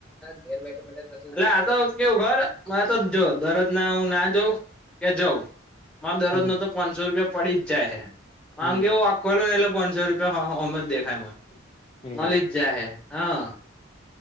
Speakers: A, in the centre; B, on the left (about 25°).
A: ગેર બેઠા બેઠ એટ આ તો કેવું ઘર હ તો જો દરરોજ ના હું ના જઉં કે જઉં મા દરરોજ
B: હમ
A: નો તો પાંચસો રૂપિયા પડી જ જાય હ આમ
B: હમ
A: કેવું ખોલો ને એલો પાંચસો રૂપિયામ જ દેખાય
B: એવું
A: મળી જ જાય હે હા